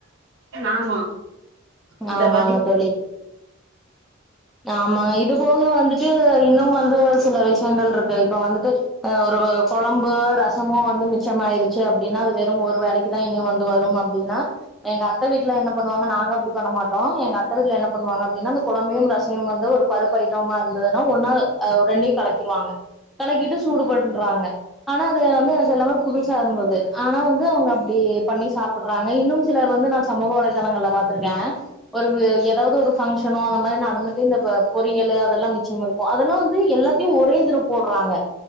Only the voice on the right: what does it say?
ஆமா இந்த
பாத்தீங்